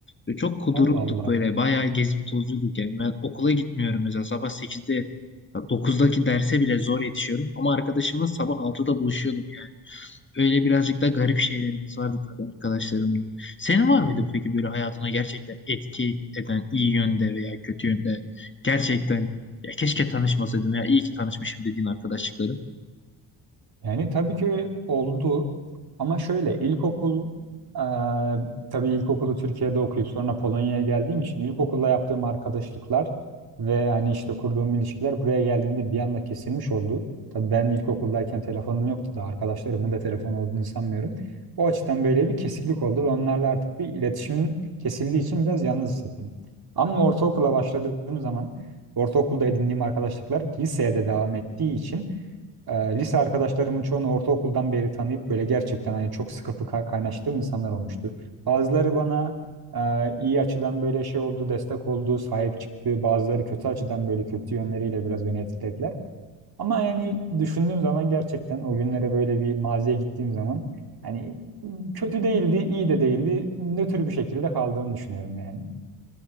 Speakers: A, on the left; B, on the right.
A: Ve çok kuduruktuk
B: Allah
A: böyle. Bayağı gezip tozuyorduk yani. Ben okula gitmiyorum mesela. Sabah sekizde, dokuzdaki derse bile zor yetişiyorum. Ama arkadaşımla sabah altıda buluşuyordum yani. Öyle birazcık da garip şeylerimiz vardı tabii arkadaşlarımla. Senin var
B: Allah.
A: mıydı peki böyle hayatına gerçekten etki eden iyi yönde veya kötü yönde gerçekten ya keşke tanışmasaydım ya iyi ki tanışmışım dediğin arkadaşlıkların?
B: Yani tabii ki oldu ama şöyle ilkokul e, tabii ilkokulu Türkiye'de okuyup sonra Polonya'ya geldiğim için ilkokulla yaptığım arkadaşlıklar ve hani işte kurduğum ilişkiler buraya geldiğimde bir anda kesilmiş oldu. Tabii ben ilkokuldayken telefonum yoktu da arkadaşlarımın da telefon olduğunu sanmıyorum. O açıdan böyle bir kesiklik oldu ve onlarla artık bir iletişim kesildiği için biraz yalnız hissettim. Ama ortaokula başladığım zaman ortaokulda edindiğim arkadaşlıklar liseye de devam ettiği için e, lise arkadaşlarımın çoğunu ortaokuldan beri tanıyıp böyle gerçekten hani çok sıkı fıkı kaynaştığım insanlar olmuştu. Bazıları bana e, iyi açıdan böyle şey oldu, destek oldu, sahip çıktı. Bazıları kötü açıdan böyle kötü yönleriyle biraz beni etkilediler. Ama yani düşündüğüm zaman gerçekten o günlere böyle bir maziye gittiğim zaman hani kötü değildi, iyi de değildi. Nötr bir şekilde kaldığını düşünüyorum yani.